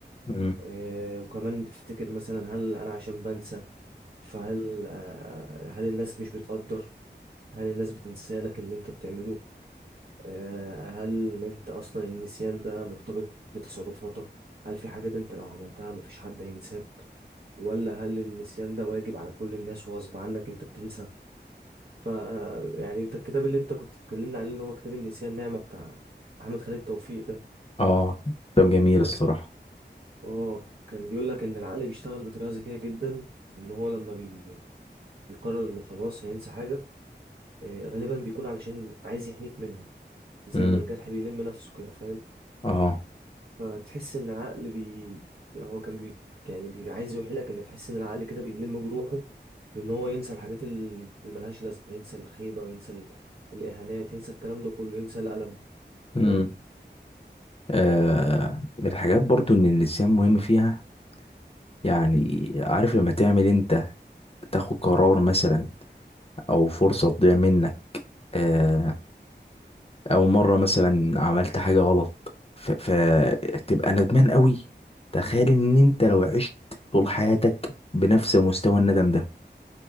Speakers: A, on the left; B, on the right.
A: مم.
B: آه وكمان بتفتكر مثلا هل انا عشان بنسى فهل آه هل الناس مش بتقدر هل الناس بتنسى لك اللي انت بتعمله آه، هل انت اصلا النسيان ده مرتبط بتصرفاتك هل في حاجات انت لو عملتها مفيش حد هينساك ولا هل النسيان ده واجب على كل الناس وغصب عنك انت بتنسى ف يعني انت الكتاب اللي انت كنت بتكلمنا عليه اللي هو كتاب النسيان نعمة بتاع احمد خالد توفيق ده
A: آه طب جميل
B: كان
A: الصراحة
B: بيقول اه كان بيقول لك ان العقل بيشتغل بطريقة ذكية جدا ان هو لما بي... بيقرر انه خلاص هينسى حاجة آه، غالبا بيكون علشان عايز يحميك منها زي
A: مم.
B: ما الجرح بيلم نفسه كده فاهم
A: آه
B: فتحس ان العقل بي هو كان بي يعني بي عايز يوحيلك ان تحس ان العقل كده بيلم جروحه بان هو ينسى الحاجات ال- اللي ملهاش لازمه ينسى الخيبه وينسى ال- الاهانات ينسى الكلام ده كله ينسى الالم
A: مم.
B: فاهم
A: آه من الحاجات برضو إن النسيان مهم فيها يعني عارف لما تعمل أنت تاخد قرار مثلا أو فرصة تضيع منك آه، او مره مثلا عملت حاجه غلط ف- فتبقى ندمان قوي تخيل ان انت لو عشت طول حياتك بنفس مستوى الندم ده